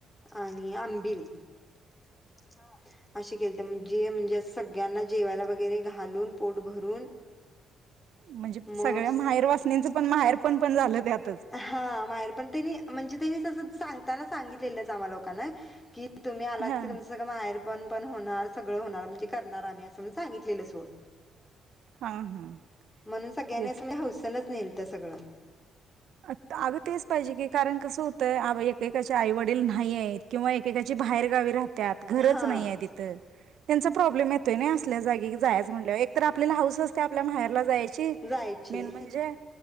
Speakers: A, on the left; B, on the right.
A: आणि आम बील हा अशिक जे म्हणजे <inaudible> यांना जेवायला वगैरे घालून पोट भरून
B: म्हणजे
A: मग
B: सगळ्या माहेर वासनींचं पण माहेरपण पण झालं त्यात
A: हा माहेर पण त्यांनी म्हणजे त्यांनी तसच सांगताना सांगितलेलं च आम्हा लोकांना की तुम्ही आलात
B: हा
A: की तुमच सगळ माहेर पण पण होणार सगळ होणार म्हणजे करणार आम्ही असं सांगितलेलं सोड
B: हा हा
A: म्हणून सगळ्यानी
B: तेच
A: तुम्ही हौसनच नेलत सगळं
B: आता अगं तेच पाहिजे की कारण कसं होतंय एकेकाच्या आईवडी दिल नाहीयेत किंवा एकेकाच्या बाहेरगावी राहत त्यात घरच
A: आई-वडीलच
B: नाहीय तिथ त्यांच प्राॅब्लेम येतोय ना या असल्या जागी जायाच म्हटल्यावर एकतर आपल्याला हौस त्या आपल्या माहेरला जायची
A: जायची.
B: मेन म्हणजे